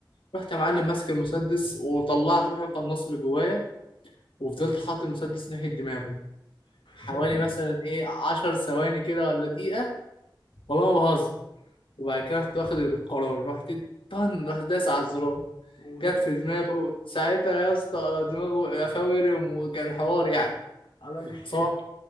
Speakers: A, on the left; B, on the left.
A: رحت يا معلم ماسك المسدس وطلعت روح القناص اللي جوايا وفضلت حاطط المسدس ناحية دماغه
B: <laughs>
A: حوالي مثلا ايه عشر ثواني كده ولا دقيقة والله ما بهزر وبعد كده رحت واخد القرار رحت طن رحت داس على الزرار
B: وجت
A: جت
B: في
A: في
B: ال-
A: دماغه ساعتها يا اسطى دماغه قفاه ورم وكان حوار يعني
B: عمل لك
A: طبعا
B: ايه